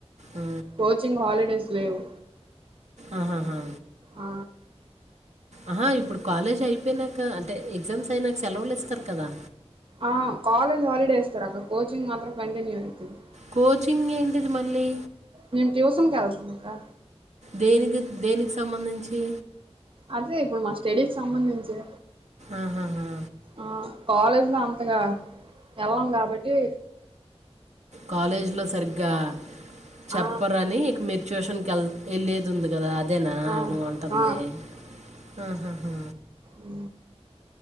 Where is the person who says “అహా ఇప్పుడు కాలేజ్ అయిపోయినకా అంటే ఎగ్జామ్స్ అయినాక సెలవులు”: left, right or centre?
Right